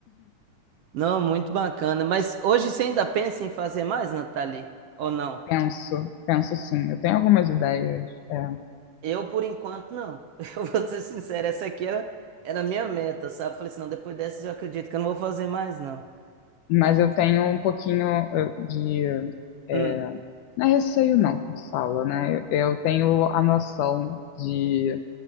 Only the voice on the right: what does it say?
Não, muito bacana. Mas hoje você ainda pensa em fazer mais, Nathalie? Ou não?
Eu, por enquanto, não. <laughs> Eu vou ser sincero, essa aqui era, era a minha meta, sabe? Falei assim, não, depois dessas eu acredito que eu não vou fazer mais, não.
Mas,
hum.